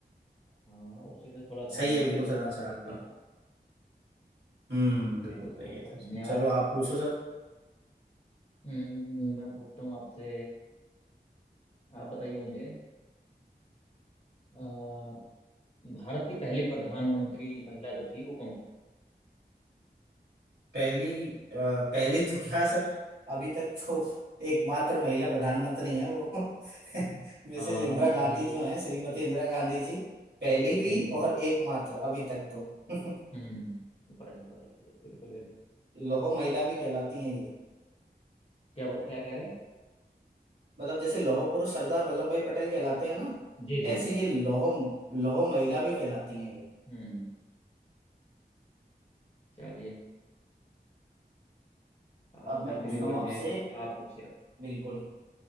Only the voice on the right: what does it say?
सही
है बिल्कुल सर
आंसर
आपका
हम्म हम्म, बिल्कुल
सही
है
सर
चलो आप पूछो सर
पहली अ, पहली तो क्या सर अभी तक तो एकमात्र महिला प्रधानमंत्री हैं वो <laughs> मिसेस
इंदिरा
गांधी जो
हैं श्रीमती इंदिरा गांधी जी पहली
भी
और एकमात्र अभी तक तो <laughs>
लौह महिला भी कहलाती हैं ये
मतलब जैसे लौह पुरुष सरदार वल्लभ भाई पटेल कहलाते हैं ना
ऐसे
ये लौह लौह महिला भी कहलाती हैं ये
अब मैं
पूछता
हूँ आपसे
बिल्कुल